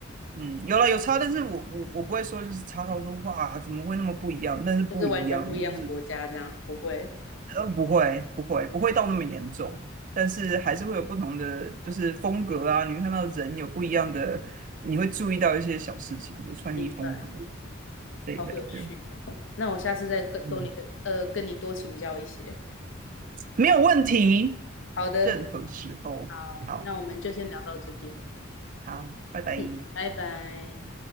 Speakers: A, on the right (about 40°); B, on the left (about 65°).
A: 嗯，有了有差，但是我我我不会说就是差到说哇怎么会那么不一样，但是不一样就是
B: 就是完全不一样的国家，这样不会。
A: 呃不会不会不会到那么严重。但是还是会有不同的，就是风格啊，你会看到人有不一样的，你会注意到一些小事情，比如穿衣风格。
B: 明白，
A: 这一类的，
B: 好有趣哦。那我下次再跟多你跟呃跟你多请教一些。
A: 嗯，没有问题，
B: 好的，
A: 任何时候，
B: 好，
A: 好
B: 那我们就先聊到这边。
A: 好，拜拜。
B: 嗯，拜拜。